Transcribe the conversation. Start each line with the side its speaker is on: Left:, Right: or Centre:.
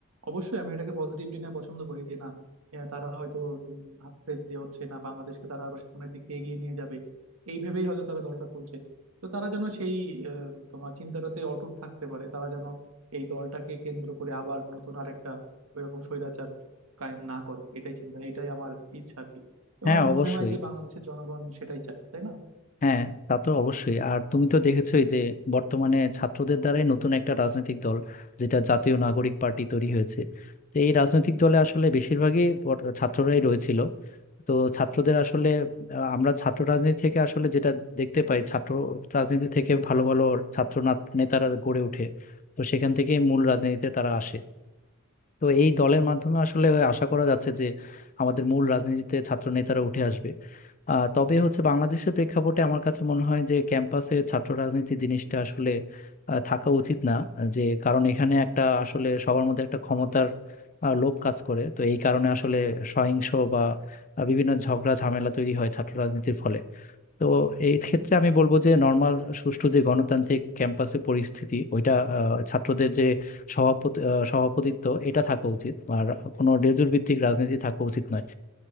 Right: অবশ্যই আমি এটাকে পজিটিভলি না পছন্দ করি যে না আহ, তারা হয়তো উম, ভাবছে যে হচ্ছে না বাংলাদেশকে তারা আরো সামনের দিকে এগিয়ে নিয়ে যাবে এই ভেবেই হয়তো তারা দলটা খুলছে তো তারা যেন সেই আহ, তোমার চিন্তাটাতে অটুট থাকতে পারে তারা যেন এই দলটাকে কেন্দ্র করে আবার নতুন আর একটা ওইরকম স্বৈরাচার কায়েম না করে এটাই চিন্তা এটাই আমার ইচ্ছা আর কি এবং
Left: হ্যাঁ
Right: আমার
Left: অবশ্যই
Right: মনে হয় যে বাংলাদেশের জনগণ সেটাই চায় তাই না
Left: হ্যাঁ তা তো অবশ্যই আর তুমি তো দেখেছোই যে বর্তমানে ছাত্রদের দ্বারাই নতুন একটা রাজনৈতিক দল যেটা জাতীয় নাগরিক পার্টি তৈরি হয়েছে তো এই রাজনৈতিক দলে আসলে বেশিরভাগই বর- ছাত্ররাই রয়েছিল তো ছাত্রদের আসলে আহ, আমরা ছাত্র রাজনীতি থেকে আসলে যেটা দেখতে পাই ছাত্র রাজনীতি থেকে ভালো ভালো ছাত্র না- নেতারা গড়ে ওঠে তো সেখান থেকে মূল রাজনীতিতে তারা আসে তো এই দলের মাধ্যমে আসলে আশা করা যাচ্ছে যে আমাদের মূল রাজনীতিতে ছাত্র নেতারা উঠে আসবে আহ, তবে হচ্ছে বাংলাদেশের প্রেক্ষাপটে আমার কাছে মনে হয় যে ক্যাম্পাসে ছাত্র রাজনীতি জিনিসটা আসলে আহ, থাকা উচিত না যে কারণ এখানে একটা আসলে সবার মধ্যে একটা ক্ষমতার আহ, লোভ কাজ করে তো এই কারণে আসলে সহিংস বা আহ, বিভিন্ন ঝগড়া ঝামেলা তৈরি হয় ছাত্র রাজনীতির ফলে তো এই ক্ষেত্রে আমি বলবো যে নর্মাল সুষ্ঠু যে গণতান্ত্রিক ক্যাম্পাসে পরিস্থিতি ওইটা আহ, ছাত্রদের যে সভাপতি আহ, সভাপতিত্ব এটা থাকা উচিত আর কোনো লেজুর ভিত্তিক রাজনীতি থাকা উচিত নয়